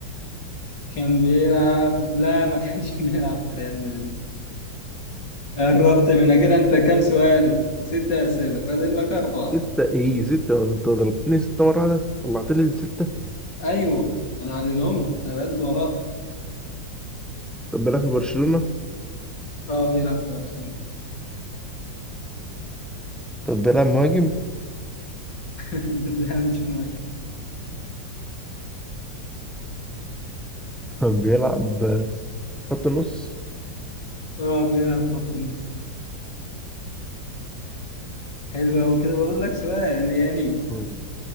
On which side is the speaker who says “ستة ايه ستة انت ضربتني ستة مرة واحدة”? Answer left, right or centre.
Centre